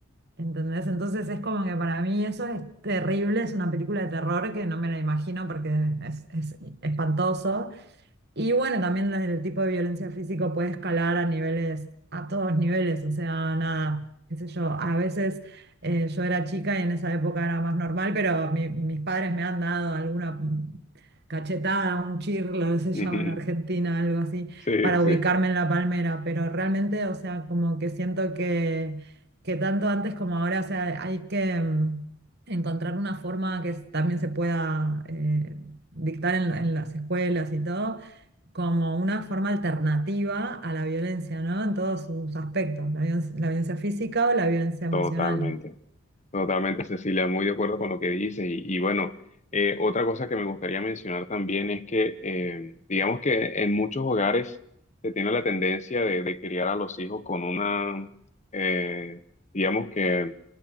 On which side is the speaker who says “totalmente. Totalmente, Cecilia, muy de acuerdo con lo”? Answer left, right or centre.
Left